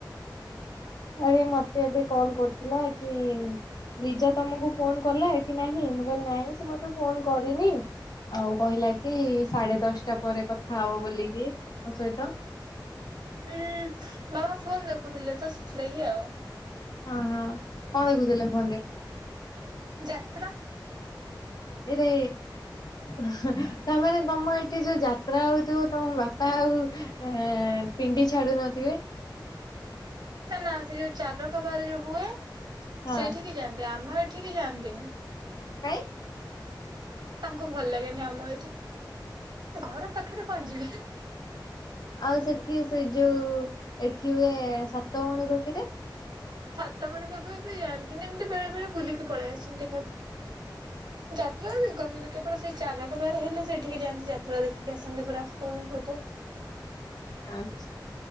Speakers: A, on the left; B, on the right.
A: ଆରେ ମତେ ଏବେ କଲ୍ କର୍ଥିଲା କି। ଲିଜା ତମକୁ ଫୋନ୍ କଲା କି ନାହିଁ ମୁଁ କହିଲି ନାହିଁ ସେ ମତେ ଫୋନ୍ କରିନି। ଆଉ କହିଲା କି ସାଢେ ଦଶଟା ପରେ କଥା ହବ ବୋଲିକି ମୋ ସହିତ।
B: ହୁଁ ବାବା ଫୋନ ଦେଖୁଥିଲେ ତ ସେଥିଲାଗି ଆଉ।
A: ହଁ ହଁ କଣ ଦେଖୁଥିଲେ ଫୋନରେ।
B: ଯାତ୍ରା।
A: ହେଇରେ। ହୁଁ ତାମାନେ ତମ ଏଠି ଯୋଉ ଯାତ୍ରା ହଉଥିବ ତମ ବାପା ଆଉ। ହେଁ ପେଣ୍ଡି ଛାଡୁନଥିବେ।
B: ନା ସେ ଯୋଉ ଚାଲକ ବାହାରେ ଯୋଉ ହୁଏ।
A: ହଁ
B: ସେଇଠିକି ଯାଆନ୍ତି ଆମ ଏଠିକି ଯାଆନ୍ତିନି।
A: କାଇଁ।
B: ତାଙ୍କୁ ଭଲ ଲାଗେନି ଆମ ଏଠି ଘର ପାଖରେ କଣ ଯିବେ।
A: ଆଉ ସେଠି ସେ ଯୋଉ ଏଠି ହୁଏ ସାତଭଉଣୀ ପାଖିରେ।
B: ସାତପାଣି ପାଖକୁ ଯାଆନ୍ତି ନା ଏମିତି ବେଳେ ବେଳେ ବୁଲିକି ପଳେଇ ଆସନ୍ତି ଖାଲି। ଯାତ୍ରା ଦେଖନ୍ତିନି। କେବଳ ସେ ଚାଲକ ବାର ହେଲେ ସେଠିକି ଯାଆନ୍ତି ଯାତ୍ରା ଦେଖିକି ଆସନ୍ତି ପୁରା ଫୁଲ ବୋଧେ।
A: ଆନଛ।